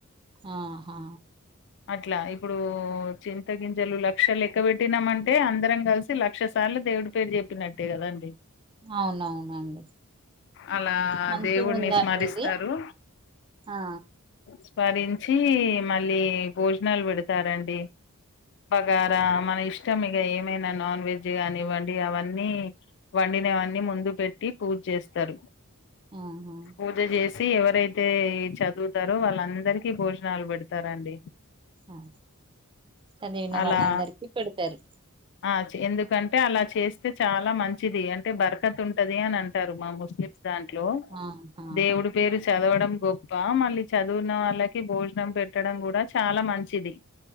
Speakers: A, on the right (about 20°); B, on the left (about 55°).
A: ఆహా
B: అట్లా ఇప్పుడు చింత గింజలు లక్షలు లెక్క పెట్టినామంటే అందరం కలిసి లక్ష సార్లు దేవుడి పేరు చెప్పినట్టే కదాండి
A: అవునవునండి
B: అలా
A: మంచిగుందండి
B: దేవుడిని స్మరిస్తారు
A: ఇది ఆ
B: స్మరించి మళ్ళీ భోజనాలు పెడతారండి బగార్ ఇ మన ఇష్టం ఇక ఏమైనా నాన్ వెజ్ కానివ్వండి అవన్నీ వండినవన్నీ ముందు పెట్టి పూజ చేస్తారు
A: ఆహా
B: పూజ చేసి ఎవరైతే చదువుతారో వాళ్ళందరికి భోజనాలు పెడతారండి
A: ఆ చదివిన
B: అలా
A: వాళ్ళందరికి పెడతారు
B: ఆ చే ఎందుకంటే అలా చేస్తే చాలా మంచి చిది అంటే బర్కత్ ఉంటది అని అంటారు మా ముస్లిమ్స్ దాంట్లో
A: ఆహా
B: దేవుడు పేరు చదవడం గొప్ప మళ్ళీ చదువున్న వాళ్ళకి భోజనం పెట్టడం కూడా చాలా మంచిది